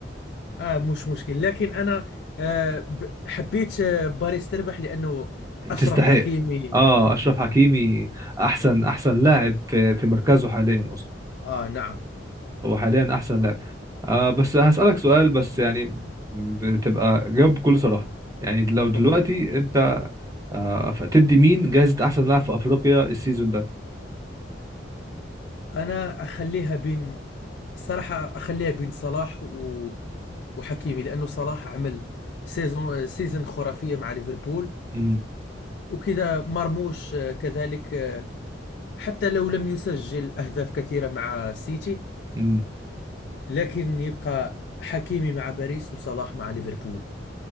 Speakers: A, on the left; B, on the right.
A: اه مش مشكل لكن انا آه ب- حبيت آه باريس تربح لانه اشرف
B: تستحق
A: حكيمي
B: اه اشرف حكيمي احسن احسن لاعب في في مركزه حاليا اصلا
A: اه نعم
B: هو حاليا احسن لاعب آه بس هسألك سؤال بس يعني بتبقى جاوب بكل صراحة يعني لو دلوقتي
A: اوكي
B: انت آه تدي مين جائزة احسن لاعب في افريقيا السيزون ده
A: انا اخليها بين صراحة اخليها بين صلاح و... وحكيمي لانه صلاح عمل سيزون سيزون خرافية مع ليفربول
B: امم
A: وكذا مرموش آه كذلك آه حتى لو لم يسجل اهداف كثيرة مع سيتي
B: امم
A: لكن يبقى حكيمي مع باريس وصلاح مع ليفربول